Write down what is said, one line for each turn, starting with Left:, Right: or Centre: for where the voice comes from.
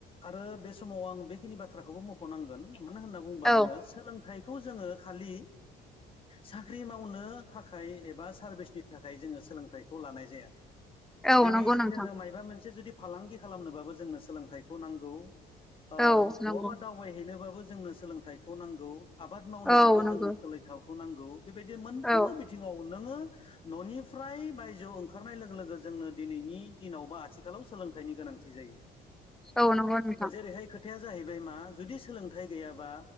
Left: आरो बे समाव आं बेखिनि बाथ्राखौबो मख'नांगोन मानो होनना बुङोबा
Centre: औ
Left: जोङो सोलोंथाइखौ जोङो खालि साख्रि मावनो थाखाय एबा सारभिसनि थाखाय जोङो सोलोंथाइखौ लानाय जाया
Centre: औ
Left: दिनै
Centre: नंगौ नोंथां
Left: जोङो माबा मोनसे जुदि फालांगि खालामनोबाबो जोंनो सोलोंथाइखौ नांगौ बहाबा
Centre: औ नंगौ
Left: दावबायहैनोबाबो जोंनो सोलोंथाइखौ नांगौ आबाद मावनोबाबो
Centre: औ नंगौ
Left: जोंनो सोलोंथाखौ नांगौ बेबायदि मोनफ्रोमबो
Centre: औ
Left: बिथिङाव नोङो न'निफ्राय बायजोआव ओंखारनाय लोगो लोगो जोंनो दिनैनि दिनाव बा आथिखालाव सोलोंथाइनि गोनांथि जायो
Centre: औ नंगौ नोंथां
Left: जेरैहाय खोथाया जाहैबाय मा जुदि सोलोंथाइ गैयाबा